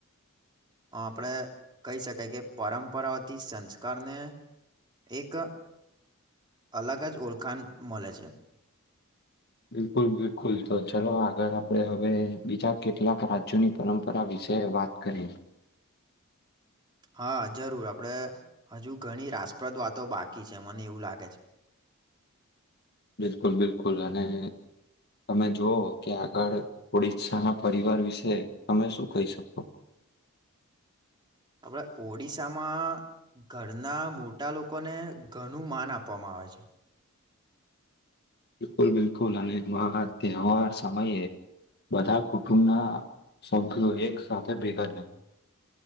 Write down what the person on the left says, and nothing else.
બિલકુલ બિલકુલ તો ચલો આગળ આપડે હવે બીજા કેટલાક રાજ્યોની પરંપરા વિ શે વાત કરી
બિલકુલ બિલકુલ અને તમે જોઓ કે આગળ ઓડીસા ના પરિવાર વિશે તમે શું કહી શકો?
બિલકુલ બિલકુલ અને મહા તહેવાર સમયે બધા કુટુંબના સભ્યો એક સાથે ભેગા થાય